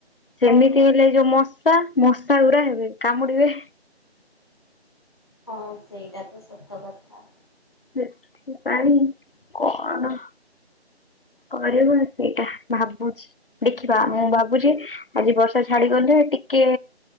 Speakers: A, on the left; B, on the left.
A: ହଁ
B: ସେମିତି
A: ହଁ
B: ହେଲେ ଯୋଉ ମଶା ମଶା ଗୁରା ହେବେ କାମୁଡିବେ।
A: ହଁ ସେଇଟା ତ ସତ କଥା।
B: ସେଠି ପାଇଁ କଣ। କରିବ ସେଇଟା ଭାବୁଛି। ଦେଖିବା ମୁଁ ଭାବୁଛି ଆଜି ବର୍ଷା ଛାଡିଗଲେ ଟିକେ